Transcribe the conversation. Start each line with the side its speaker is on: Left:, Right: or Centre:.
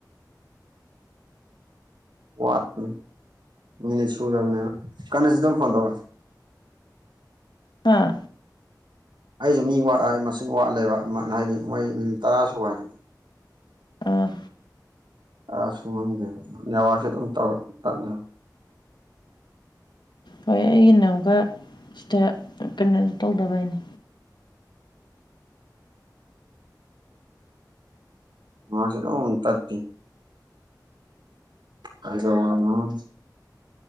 Right: ꯋꯥꯠꯄꯅꯤ ꯃꯤꯅꯤꯠ ꯁꯨꯗꯕꯅꯤꯅ ꯀꯟꯅꯤꯁꯅ ꯑꯃꯨꯛ ꯐꯣꯟ ꯇꯧꯔꯦ
Left: ꯑꯥ
Right: ꯑꯩꯁꯨ ꯃꯤ ꯋꯥꯠ ꯃꯁꯤꯡ ꯋꯥꯠꯂꯦꯕ ꯍꯥꯏꯗꯤ ꯃꯣꯏ ꯅꯨꯃꯤꯠ ꯇꯔꯥꯁꯨ ꯋꯥꯏꯗꯅ
Left: ꯑꯥ
Right: ꯑ ꯁꯨꯝ <unintelligible> ꯅꯦꯋꯥꯛꯁꯦ ꯑꯗꯨꯝ ꯇꯧ ꯇꯠꯂꯦ
Left: ꯍꯣꯏ ꯑꯩꯒꯤ ꯅꯝꯒ ꯁꯤꯗ ꯀꯩꯅꯣ ꯇꯧꯗꯕꯩꯅꯤ
Right: ꯃꯥꯁꯤꯗꯨꯝ ꯇꯠꯄꯤꯅꯦ <unintelligible>